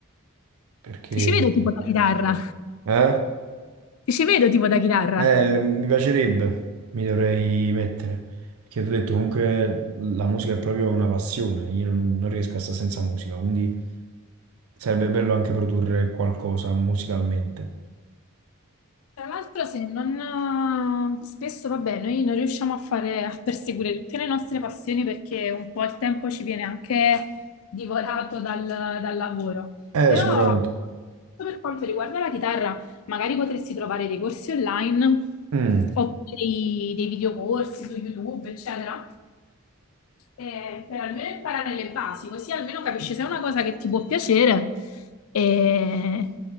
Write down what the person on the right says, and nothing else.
perché...
Eh?
Eh, mi piacerebbe, mi dovrei mettere. Perché ti ho detto, comunque la musica è proprio una passione, io non, non riesco a stare senza musica, quindi sarebbe bello anche produrre qualcosa musicalmente.
Eh,
sicuramente.
Mm.